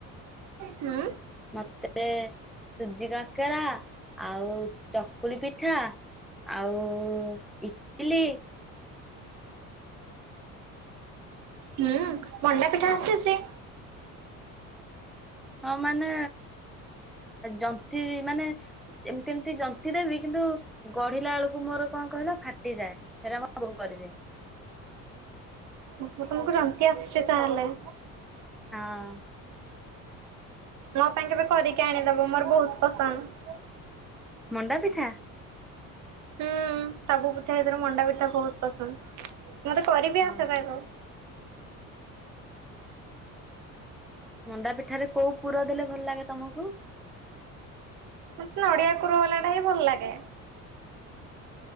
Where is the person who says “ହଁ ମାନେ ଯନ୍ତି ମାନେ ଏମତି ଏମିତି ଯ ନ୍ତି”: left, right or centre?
Centre